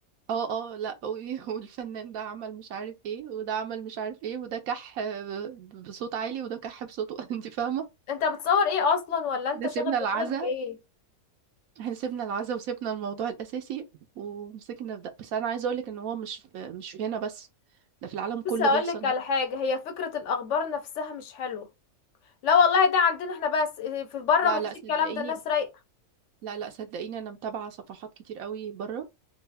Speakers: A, on the right; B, on the left.
A: اه اه لا و- <laughs> والفنان ده عمل مش عارف ايه وده عمل مش عارف ايه وده كح آه، ب- بصوت عالي وده كح بصوته <laughs> انت فاهة
B: انت بتصور ايه اصلا ولا انت
A: ده
B: شاغل
A: سيبنا
B: دماغك
A: العزا
B: بايه
A: احنا سيبنا العزا وسيبنا الموضوع الأساسي ومسكنا في ده بس أنا عايزة أقولك إن هو مش في مش في هنا بس ده في العالم كله
B: بص هقولك
A: بيحصل
B: على
A: نفس
B: حاجة هي فكرة الاخبار نفسها مش حلوة لا والله ده عندنا احنا بس إيه، في بره
A: لا
B: ما
A: لا
B: فيش
A: صدقيني
B: الكلام ده الناس رايقة
A: لا لا صدقيني أنا متابعة صفحات كتير قوي بره